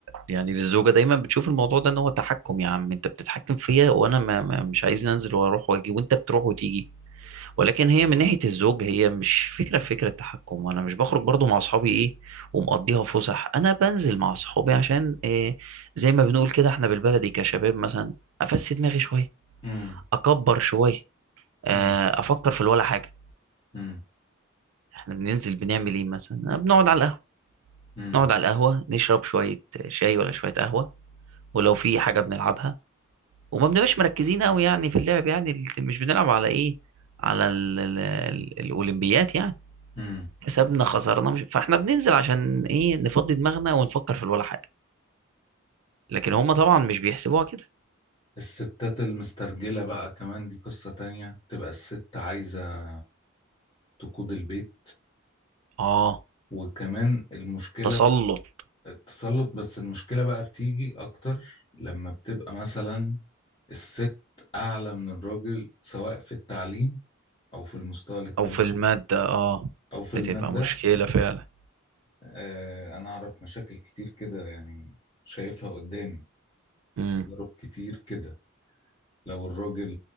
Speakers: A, on the right; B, on the left.
A: يعني للزوجة دايما بتشوف الموضوع ده ان هو تحكم يا عم انت بتتحكم فيا وانا ما ما- مش عايز انزل واروح واجي وانت بتروح وتيجي ولكن هي من ناحية الزوج هي مش فكرة في فكرة تحكم وانا مش بخرج برضو مع اصحابي ايه ومقضيها فسح انا بنزل مع اصحابي عشان إيه زي ما بنقول كده احنا بالبلدي كشباب مثلا افسي دماغي شوية
B: امم
A: اكبر شوية آه،
B: امم
A: افكر في الولا حاجة
B: امم
A: احنا بننزل بنعمل ايه مثلا آه، بنقعد على القهوة
B: امم
A: نقعد على القهوة نشرب شوية شاي ولا شوية قهوة ولو في حاجة بنلعبها وما بنبقاش مركزين قوي يعني في اللعب يعني مش بنلعب على ايه على ال- ال- ال- الاولمبيات يعني
B: امم
A: كسبنا خسرنا مش فاحنا بننزل عشان ايه نفضي دماغنا ونفكر في ولا حاجه لكن هم طبعا مش بيحسبوها كده
B: الستات المسترجلة بقى كمان دي قصة تانية تبقى الست عايزة تقود البيت
A: اه
B: وكمان المشكلة
A: تسلط
B: التسلط بس المشكلة بقى بتيجي أكتر لما بتبقى مثلا الست أعلى من الراجل سواء في التعليم أو في المستوى الاجتماعي
A: او في الماده اه
B: أو في
A: بتبقى
B: المادة
A: مشكله فعلا
B: آه أنا أعرف مشاكل كتير كده يعني شايفها قدامي
A: امم
B: تجارب كتير كده لو الراجل